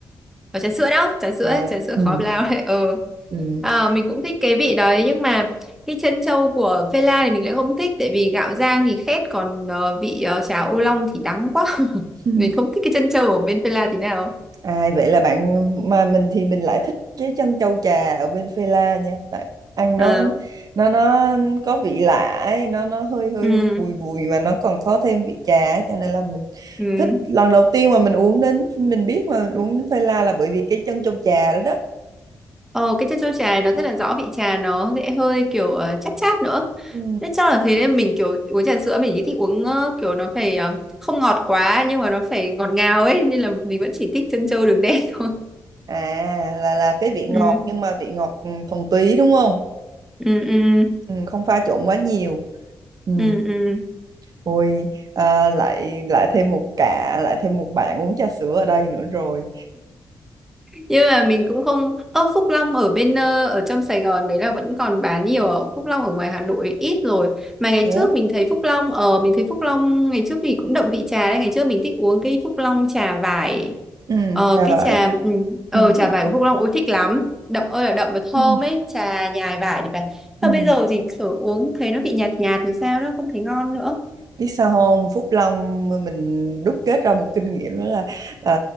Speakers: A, in the centre; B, on the right.
A: ờ ở trà sữa đó trà sữa
B: à
A: trà sữa
B: ừ
A: khói blau đấy ờ
B: ừ
A: Ờ,
B: <laughs>
A: mình cũng thích cái vị đấy nhưng mà cái chân trâu của phê la thì mình lại không thích tại vì gạo rang thì khét còn ờ, vị ờ, chả ô long thì đắng quá <laughs>
B: Ừ.
A: mình không thích cái chân trâu ở bên phê la tí nào
B: ai vậy là bạn mà mình thì mình lại thích cái chân châu trà ở bên Phê La nha tại ăn
A: Ờ,
B: nó nó nó có vị lạ ấy, nó nó hơi hơi
A: ừ,
B: bùi bùi mà nó còn có thêm vị trà ấy, cho nên là mình
A: ừ.
B: thích lần đầu tiên mà mình uống đến mình biết mà mình uống đến Phê La là bởi vì cái chân châu trà đó đó
A: Ờ, cái chân trâu trà này nó rất là rõ vị trà nó sẽ hơi kiểu ờ, chát chát nữa
B: ừ.
A: Thế chắc là thế nên mình kiểu uống trà sữa mình chỉ thích uống ờ, kiểu nó phải ờ, không ngọt quá nhưng mà nó phải ngọt ngào ấy nên là mình vẫn chỉ thích chân trâu đường đen <laughs> thôi
B: à là là cái vị
A: ừ
B: ngọt nhưng mà vị ngọt ừ, thuần túy đúng không
A: ừ ừ
B: Ừ, không pha trộn quá nhiều ừ.
A: ừ ừ
B: Ôi, à, lại lại thêm một cả lại thêm một bạn uống trà sữa ở đây nữa rồi
A: nhưng mà mình cũng không ơ Phúc Long ở bên ờ, ở trong Sài Gòn đấy là vẫn còn bán nhiều à? Phúc Long ở ngoài Hà Nội ít rồi mà ngày
B: Thế
A: trước
B: á?
A: mình thấy Phúc Long ở mình thấy Phúc Long ngày trước thì cũng đậm vị trà đấy ngày trước mình thích uống cái Phúc Long trà vải
B: ừ,
A: ờ
B: chà
A: cái
B: vậy
A: trà ừ, ờ
B: mình biết
A: trà vải của
B: rồi
A: Phúc Long ôi thích lắm đậm ơi là đậm và thơm
B: ừ.
A: ấy trà nhài vải thì phải
B: Ừ.
A: mà bây giờ thì kiểu uống thấy nó bị nhạt nhạt thì sao đó không thấy ngon nữa
B: Biết sao không Phúc Long ờ, mình đúc kết ra một kinh nghiệm đó là à,